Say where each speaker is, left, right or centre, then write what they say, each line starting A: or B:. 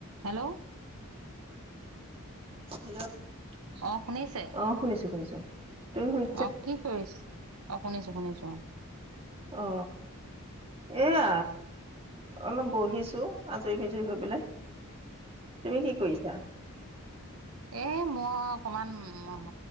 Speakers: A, on the right (about 75°); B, on the right (about 25°).
A: Hello.
B: Hello, ' আহ
A: অ শুনিছে
B: আহ শুনিছো শুনিছো। তুমি শুনি
A: অ কি কৰিছ, অ শুনিছো শুনিছো অ।
B: অ। এয়া, অলপ বহিছো আজৰি বিজৰি হৈ পেলাই। তুমি কি কৰিছা।
A: এ মই অকমান মহ।